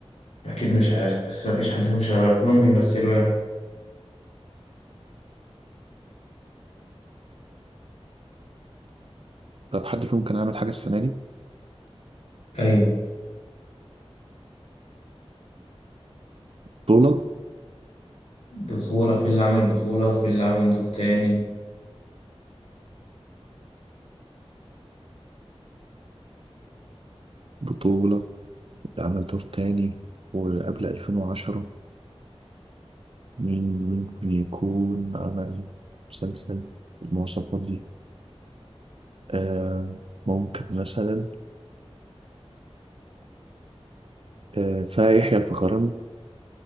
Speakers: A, on the left; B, on the right.
A: أكيد مش عارف بس مفيش حد فيهم شغال كلهم بيمثلوا يعني
B: طب حد فيهم كان عامل حاجة السنة دي
A: أيوة
B: بطولة
A: بطولة في اللي عمل بطولة وفي اللي عمل دور تاني
B: بطولة عمل دور تاني وقبل 2010 مين ممكن يكون عمل مسلسل بالمواصفات دي آه ممكن مثلا آه فيحيى الفخراني